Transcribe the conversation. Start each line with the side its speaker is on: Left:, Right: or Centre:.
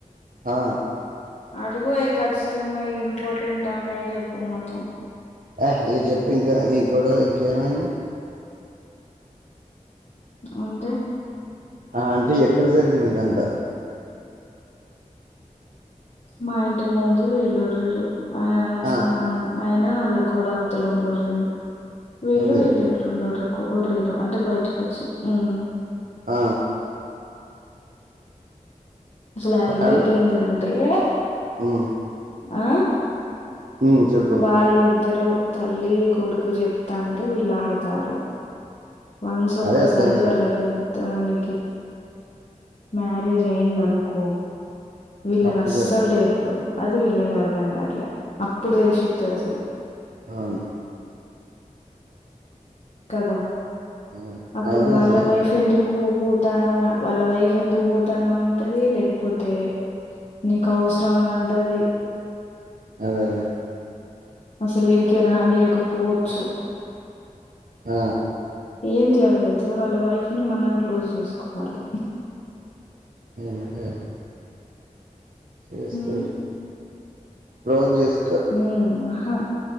Right: హా
Left: అడుగయి ఖచ్చితంగా ఇంపార్టెంట్ అన్నయి చెప్పమను
Right: ఏయ్ ఇక చెప్ప ఇంకా ఇ గడ ఇంకేమైంది
Left: అంటే
Right: ఆ అంటే ఎక్కడ జరిగింది ఇదంతా
Left: మా ఇంటి ముందు వెళ్ళురిరు ఆ ఆయన్స
Right: ఆ!
Left: అయనా అల్లా గోడ అవతలు ఉండు. రెండూ వీళ్ళు
Right: సందీప్.
Left: వీళ్లంట్రా <unintelligible> వర్రీయ అంటే బయటికి వచ్చి హ్మ్
Right: ఆ
Left: అస్సలు ఆ
Right: వాడు
Left: ఇళ్లయితే నల్ ఏ
Right: హ్మ్
Left: ఆ
Right: హ్మ్. చెప్పు.
Left: వాళ్ళు ఇద్దరు తల్లి కొడుకు చెప్తాంటే వీళ్ళడతార్రు. వన్స్ ఒక్కసారి
Right: అదే తెలుసు.
Left: వాళ్ళ పెద్దని మ్యారేజ్ అయింద అనుకో వీళ్ళను
Right: అప్పుడు
Left: అస్సలు
Right: తెలు
Left: దేఖరు. అది వీళ్లగా అర్ధంగట్లే అప్పుడు తెలిసి వస్తది. అస్సలు
Right: అవును
Left: కదా
Right: అయినా
Left: అప్పుడు
Right: అయినా
Left: వాళ్ళ
Right: అసలే
Left: వైఫ్ ఎందుకు పో పోతానవా వాళ్ళ వైఫ్ ఎందుకు పోతానావ్ అంటది. లేకపోతే నీకు అవసరమా అంటది.
Right: అదే అదే
Left: అసలు ఇడికి రానియకపోవచ్చు.
Right: ఆ
Left: ఏం చేయాలి తెలుసా వాళ్ళ వైఫ్ ని మనం క్లోజ్ చేసుకోవాలి.
Right: అవు అ విష్
Left: ఉమ్
Right: పర్ రోజ్ చేస్త
Left: హ్మ్ హా